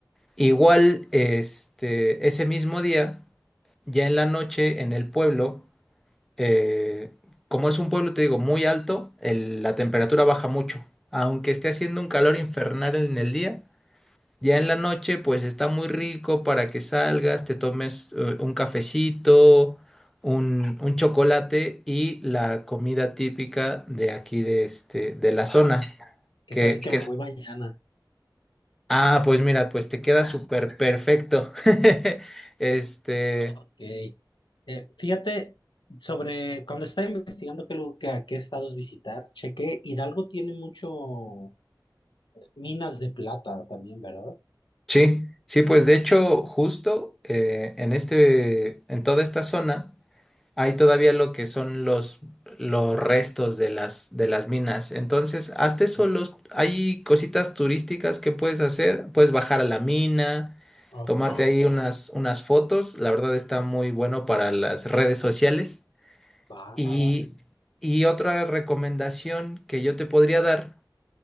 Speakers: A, in the centre; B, on the left (about 75°).
A: Igual, este, ese mismo día, ya en la noche en el pueblo eh, como es un pueblo, te digo, muy alto, el- la temperatura baja mucho. Aunque esté haciendo un calor infernal en el día, ya en la noche pues está muy rico para que salgas, te tomes eh, un cafecito, un, un chocolate y la comida típica de aquí de, este, de la zona.
B: Que
A: Que,
B: sabes que
A: que,
B: me voy mañana.
A: ah, pues mira, pues te queda súper perfecto. <laughs> Este...
B: Ok. Eh, fíjate, sobre cuando estaba investigando qué, lu- qué, a qué estados visitar, chequé, Hidalgo tiene mucho minas de plata también, ¿verdad?
A: Sí, sí, pues de hecho, justo eh, en este, en toda esta zona hay todavía lo que son los, los restos de las, de las minas. Entonces, hasta eso los,
B: Ujú.
A: hay cositas turísticas que puedes hacer. Puedes bajar a la mina,
B: Ok,
A: tomarte ahí unas, unas fotos. La verdad está muy bueno para las redes sociales.
B: va,
A: Y,
B: va, va.
A: y otra recomendación que yo te podría dar.